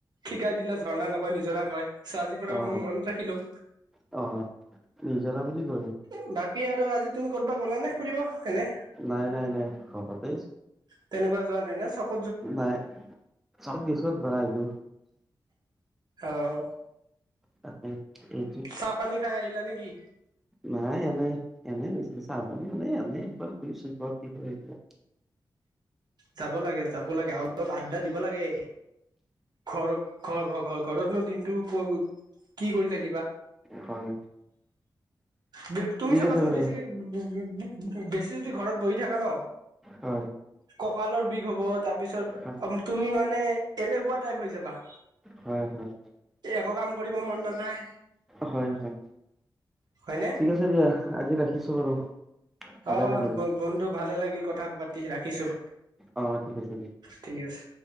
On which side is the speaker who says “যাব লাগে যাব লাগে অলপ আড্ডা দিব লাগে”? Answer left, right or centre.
Right